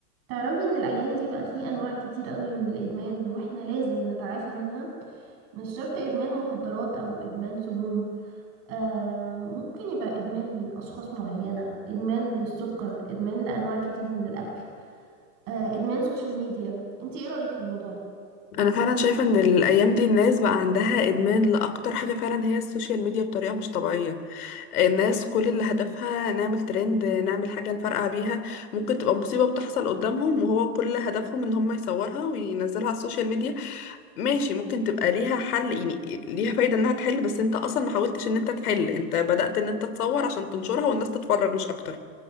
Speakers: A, on the right; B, on the left.
A: تعرفي ان الايام دي بقى فيه انواع كتير قوي من الادمان واحنا لازم نتعافى منها مش شرط ادمان مخدرات او ادمان سموم آه ممكن يبقى ادمان اشخاص معينة ادمان للسكر ادمان لانواع كتير من الاكل آه ادمان سوشيال ميديا انتي ايه رايك في الموضوع ده
B: انا فعلا شايفه ان الايام دي الناس بقى عندها ادمان لاكتر حاجه فعلا هي السوشيال ميديا بطريقه مش طبيعيه الناس كل اللي هدفها نعمل ترند نعمل حاجه نفرقع بيها ممكن تبقى مصيبه بتحصل قدامهم وهو كل هدفهم ان هم يصورها وينزلها على السوشيال ميديا ماشي ممكن تبقى ليها حل يعني ليها فايده انها تحل بس انت اصلا ما حاولتش ان انت تحل انت بدأت ان انت تصور عشان تنشرها والناس تتفرج مش اكتر